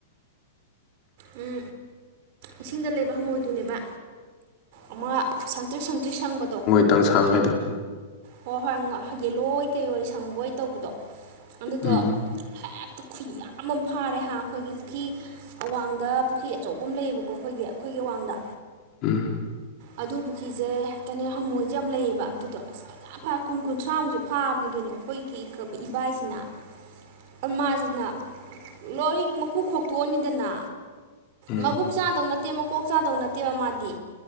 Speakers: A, on the right; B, on the left.
A: ꯎꯝ ꯏꯁꯤꯡꯗ ꯂꯩꯕ ꯍꯪꯉꯣꯏꯗꯨꯅꯦꯕ ꯑꯃ ꯁꯪꯇ꯭ꯔꯤꯛ ꯁꯪꯇ꯭ꯔꯤꯛ ꯁꯪꯕꯗꯣ
B: ꯇꯪ ꯁꯥꯡ ꯍꯥꯏꯗꯣ
A: ꯍꯣꯏ ꯍꯣꯏ ꯍꯪ ꯌꯦꯜꯂꯣ ꯑꯣꯏ ꯀꯩꯑꯣꯏ ꯁꯪꯕꯣꯏ ꯇꯧꯕꯗꯣ ꯑꯗꯨꯗꯣ
B: ꯎꯝ
A: ꯍꯦꯛꯇ ꯈꯨꯌꯥꯝ ꯑꯝ ꯐꯥꯔꯦ ꯍꯥ ꯑꯩꯈꯣꯏꯒꯤ ꯄꯨꯈꯤ ꯑꯋꯥꯡꯗ ꯄꯨꯈ꯭ꯔꯤ ꯑꯆꯧꯕꯝ ꯂꯩꯌꯦꯕꯀꯣ ꯑꯩꯈꯣꯏꯒꯤ ꯑꯩꯈꯣꯏꯒꯤ ꯑꯋꯥꯡꯗ
B: ꯎꯝ
A: ꯑꯗꯨ ꯄꯨꯈ꯭ꯔꯤꯁꯦ ꯍꯦꯛꯇꯅꯦ ꯍꯪꯉꯣꯏꯖꯦ ꯌꯥꯝ ꯂꯩꯌꯦꯕ ꯑꯗꯨꯗꯣ ꯑꯁ ꯌꯥꯝ ꯐꯥ ꯀꯨꯟ ꯀꯨꯟꯊ꯭ꯔꯥꯃꯨꯛꯁꯦ ꯐꯥꯕꯅꯤ ꯀꯩꯅꯣ ꯑꯩꯈꯣꯏꯒꯤ ꯏꯕꯥꯏꯁꯤꯅ ꯑꯃꯥꯖꯤꯅ ꯂꯣꯏ ꯃꯀꯨ ꯈꯣꯛꯇꯣꯛꯑꯅꯤꯗꯅ
B: ꯎꯝ
A: ꯃꯕꯨꯛ ꯆꯥꯗꯧ ꯅꯠꯇꯦ ꯃꯀꯣꯛ ꯆꯥꯗꯧ ꯅꯠꯇꯦꯕ ꯃꯥꯗꯤ